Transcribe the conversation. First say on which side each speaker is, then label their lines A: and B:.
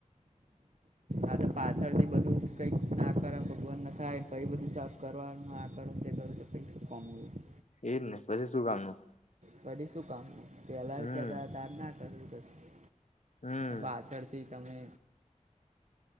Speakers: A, on the right (about 60°); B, on the left (about 60°).
A: આત પાછળથી બધું કંઈક નાકાર ભગવાન નખાય પહી બધું સાફ કરવાનું આકર તે કરું પહી શુ કોમ નુ એ
B: એજને પછી શું કામનું
A: પડી શું કામનું પેલા
B: હમ
A: કેતા તાર ના કરવું કશું
B: હમ
A: પાછળથી તમે